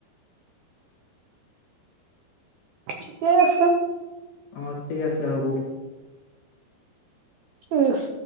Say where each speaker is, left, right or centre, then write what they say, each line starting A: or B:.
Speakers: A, on the right (about 80°); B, on the left (about 55°).
A: ঠিকেই আছে
B: অ ঠিক আছে হ'ব
A: ইচ্